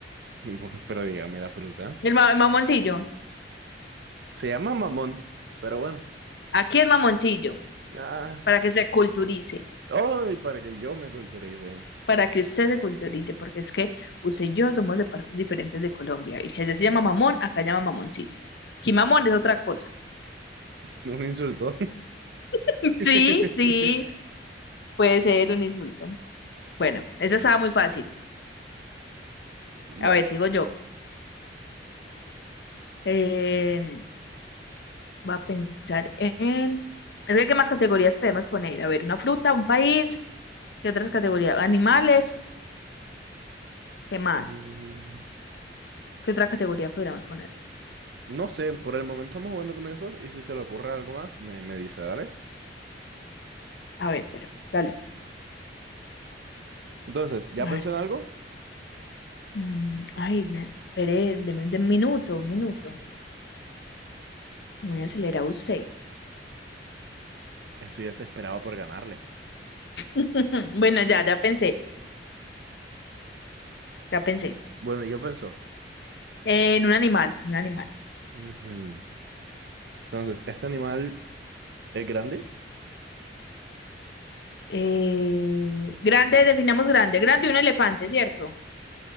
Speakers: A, on the right (about 65°); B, on the left (about 65°).
A: <laughs> Pero dígame la fruta.
B: El, ma- el mamoncillo.
A: Se llama mamón, pero bueno.
B: Aquí es mamoncillo,
A: Ah.
B: para que se culturice,
A: Ay, para que yo me culturice.
B: para que usted se culturice, porque es que usted y yo somos de partes diferentes de Colombia. Y si allá se llama mamón, acá llama mamoncillo. Aquí mamón es otra cosa.
A: Un insulto.
B: <laughs> Sí,
A: <laughs>
B: sí, puede ser un insulto. Bueno, esa estaba muy fácil.
A: Bueno.
B: A ver, sigo yo. Eh, va a pensar en... Es que, ¿qué más categorías podemos poner? A ver, una fruta, un país, ¿qué otras categorías? Animales, ¿qué más?
A: Mm,
B: ¿Qué otra categoría podríamos poner?
A: No sé, por el momento vamos jugando con eso y si se le ocurre algo más, me, me dice, dale.
B: A ver, bueno, dale.
A: Entonces, ¿ya
B: A
A: pensó
B: ver.
A: en algo?
B: Mm, ay, na- espere, deme un minuto, un minuto. Muy acelerado usted.
A: Estoy desesperado por ganarle.
B: <laughs> Bueno, ya, ya pensé, ya pensé.
A: Bueno, ¿y qué pensó?
B: Eh, en un animal, en un animal.
A: Ujú. Entonces, ¿este animal es grande?
B: Eh, grande, definamos grande. Grande un elefante, ¿cierto?